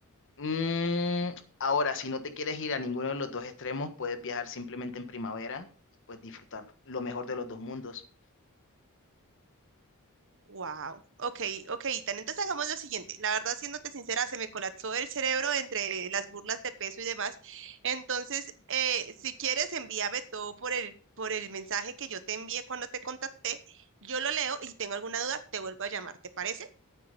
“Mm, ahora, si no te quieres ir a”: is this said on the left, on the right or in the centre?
Left